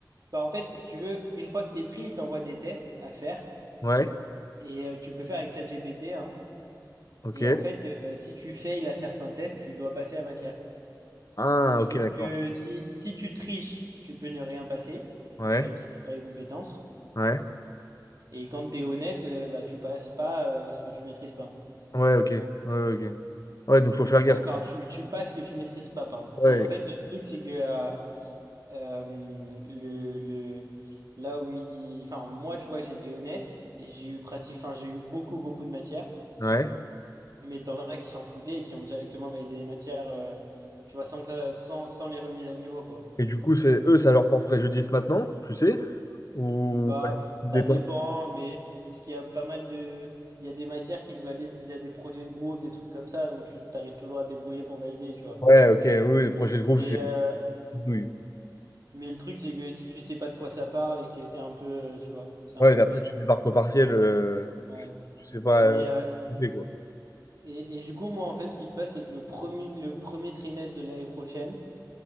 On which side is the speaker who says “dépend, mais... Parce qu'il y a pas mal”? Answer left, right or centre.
Right